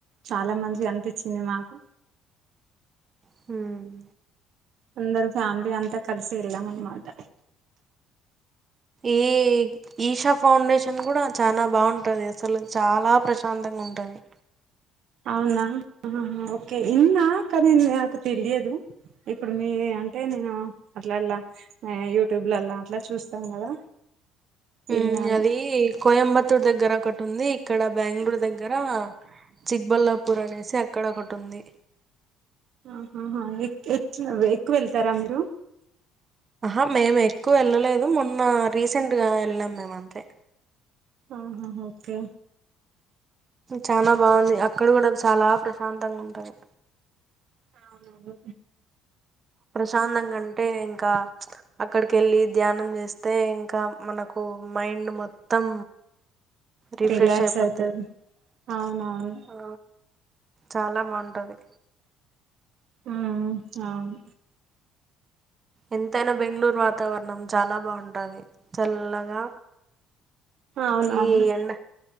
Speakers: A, on the right (about 60°); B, on the right (about 40°).
A: చాలా మంచిగా అనిపించింది మాకు.
B: ఉమ్‌.
A: అందరు ఫ్యామిలీ అంత కలిసి వెళ్ళాం అన్నమాట.
B: ఏయ్. ఈషా ఫౌండేషన్ కూడా చానా బాగుంటుంది అసలు చాలా ప్రశాంతంగా ఉంటుంది.
A: అవునా ఓకే ఇన్న కాని నాకు తెలియదు. ఇప్పుడు మీ అంటే నేను అట్లా అలా యూట్యూబ్ లోలా అట్లా చూస్తాను కదా. విన్నాను
B: ఉమ్ అది కోయంబత్తూర్ దగ్గర ఒకట్. ఉంది ఇక్కడ బెంగళూరు దగ్గర చిక్బల్లాపూర్ అనేసి అక్కడ ఒకటి ఉంది.
A: ఆహాహా ఎ ఎక్ ఎక్కువ వెళ్తారా మీరు.
B: ఆహా మేము ఎక్కువ వెళ్ళలేదు మొన్న రీసెంట్గా వెళ్ళాం మేము అంతే.
A: ఆహాహఓకే
B: చాలా బాగుంది అక్కడ కూడా చాలా ప్రశాంతంగా ఉంటాది
A: అవునవును
B: ప్రశాంతంగా ఉంటే ఇంకా అక్కడికి వెళ్ళి ధ్యానం చేస్తే ఇంకా మనకు మైండ్ మొత్తం రీఫ్రెష్
A: రిలాక్స్
B: అయిపోతాయ్
A: అవుతది అవునవును
B: ఆ చాలా బాగుంటది
A: ఉ అవును
B: ఎంతైనా బెంగళూరు వాతావరణం చాలా బాగుంటది చల్లగా
A: అవునవును
B: ఈ ఎండ